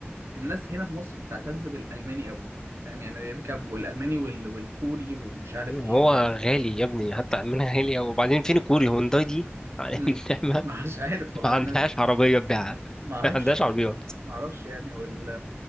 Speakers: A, on the right (about 75°); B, on the left (about 15°).
A: الناس هنا في مصر بتعتز بالالماني قوي فاهم يعني يركب والالماني وال... والكوري ومش عارف
B: هو
A: ايه والكلام
B: غالي يا ابني حتى من غالي وبعدين فين الكوري هونداي دي على
A: امم
B: <laughs> النعمة
A: <laughs> مش عارف والله
B: ما عندهاش عربية تبيعها
A: ما
B: <laughs>
A: اعرفش
B: ما عندهاش عربيات
A: ما اعرفش يعني وال